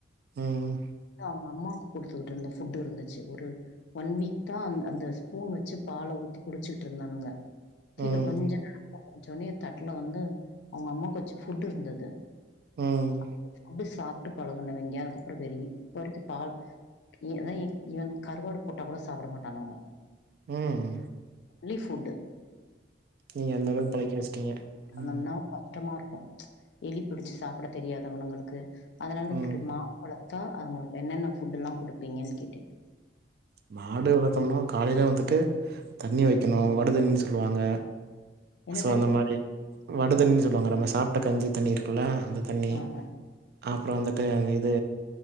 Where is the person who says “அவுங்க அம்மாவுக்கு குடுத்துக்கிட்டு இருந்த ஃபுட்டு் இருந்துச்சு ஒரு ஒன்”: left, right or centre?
Left